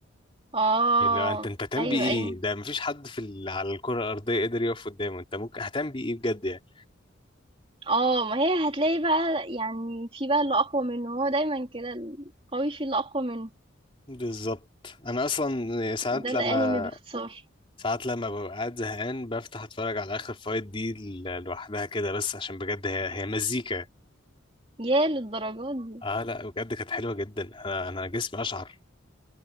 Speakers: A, on the right; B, on the left.
A: اه
B: اللي هو انت انت هتعمل
A: ايوه
B: بيه
A: ايوه
B: ايه ده مفيش حد في ال... على الكرة الأرضية قدر يقف قدامه انت ممكن هتعمل بيه ايه بجد يعني
A: اه ما هي هتلاقي بقى يعني في بقى اللي اقوى منه هو دايما كده القوي في اللي اقوى منه
B: بالظبط انا اصلا ساعات
A: ده الانمي
B: لما
A: بالظبط باختصار
B: ساعات لما ببقى قاعد زهقان بفتح اتفرج على اخر فايت دي ل- لوحدها كده بس عشان بجد هي هي مزيكا
A: يا للدرجات دي
B: اه لا بجد كانت حلوه جدا انا انا جسمي اشعر